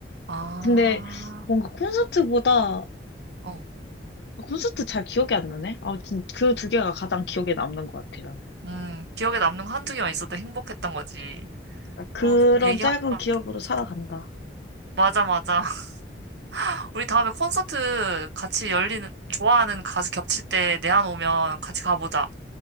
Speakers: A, on the right; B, on the left.
A: 아,
B: 근데 뭔가 콘서트보다,
A: 어,
B: 콘서트 잘 기억이 안 나네? 아무튼 그 두 개가 가장 기억에 남는 것 같아, 나는.
A: 음, 기억에 남는 거 한두 개만 있어도 행복했던 거지.
B: 그런
A: 어, 얘기하니까
B: 짧은 기억으로
A: 또 콘서트.
B: 살아간다.
A: 맞아, 맞아. <laughs> 우리 다음에 콘서트 같이 열리는, 좋아하는 가수 겹칠 때 내한 오면 같이 가보자.